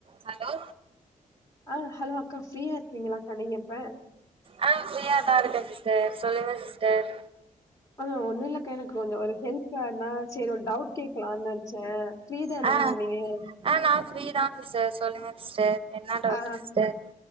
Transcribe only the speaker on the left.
ஆ ஹலோ அக்கா ஃப்ரீயா இருக்கீங்களா அக்கா நீங்க இப்ப
ஆ ஒண்ணு இல்லக்கா எனக்கு கொஞ்சம் ஒரு ஹெல்ப் ஆனா சேரி ஒரு டவுட் கேட்கலானு நெனச்சே ஃப்ரீ தானே
உ நீங்க
ஆ